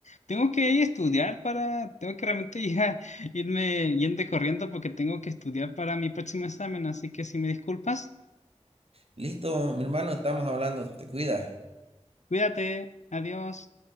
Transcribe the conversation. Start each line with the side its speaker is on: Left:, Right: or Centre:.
Left: tengo que ir a estudiar para, tengo que realmente <laughs> ya irme yendo corriendo porque tengo que estudiar para mi próximo examen. Así que si me disculpas,
Right: Listo, mi hermano, estamos hablando. Te cuidas.
Left: cuídate, adiós.